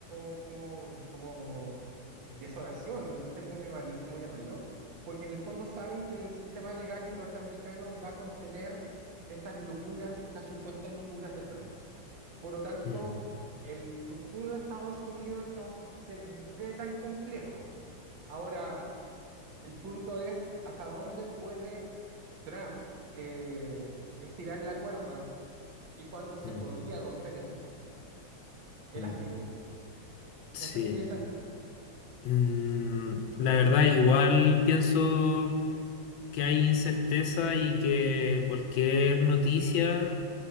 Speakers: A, on the right; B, on the left.
A: o como, como desolación, no no sé cómo llamar- cómo llamarlo, porque en el fondo saben que el sistema legal norteamericano va a contener estas locuras, estas supuestas locuras de Trump. Por lo tanto,
B: Mm,
A: el futuro de Estados Unidos no se ve tan complejo. Ahora, el punto es hasta dónde puede Trump eh, estirar la cuerda y cuándo se
B: mm,
A: podría romper esa cuerda. Elástico,
B: mm.
A: digo.
B: Sí.
A: No sé qué piensas tú.
B: Mm, la verdad, igual pienso. que hay incerteza y que cualquier noticia